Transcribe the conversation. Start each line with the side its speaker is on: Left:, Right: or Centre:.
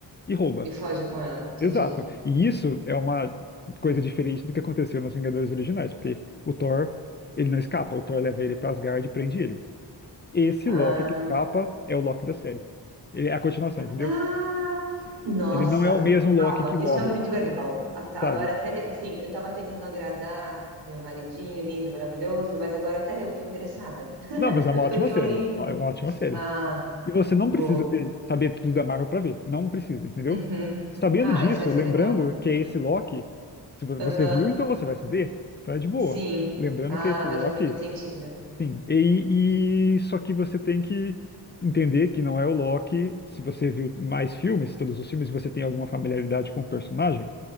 Left: e rouba.
Right: E foge com ela, entendi.
Left: Exato. E isso é uma coisa diferente do que aconteceu nos Vingadores originais, porque o Thor, ele não escapa, o Thor leva ele pra Asgard e prende ele. Esse
Right: Ah.
Left: Loki que escapa é o Loki da série. Ele é a continuação, entendeu?
Right: Ah, nossa,
Left: Ele não é o mesmo Loki
Right: calma,
Left: que morre,
Right: isso é muito legal. Até- Agora
Left: sabe?
Right: até, assim, eu tava tentando agradar meu maridinho lindo, maravilhoso, mas agora até eu tô interessada. <laughs>
Left: Não, mas é uma ótima
Right: Porque
Left: série.
Right: eu lembro.
Left: É uma ótima série.
Right: Ah,
Left: E você não
Right: boa.
Left: precisa ter- saber tudo da Marvel pra ver. Não precisa, entendeu?
Right: Uhum.
Left: Sabendo
Right: Ah,
Left: disso,
Right: isso vai ser
Left: lembrando
Right: legal.
Left: que é esse Loki, se vo- você
Right: Aham,
Left: viu, então você vai saber. Então é de boa.
Right: Sim.
Left: Lembrando
Right: Ah,
Left: que é esse Loki.
Right: vai fazer mais sentido.
Left: Sim, e, e- só que você tem que entender que não é o Loki. Se você viu mais filmes, todos os filmes, e você tem alguma familiaridade com o personagem,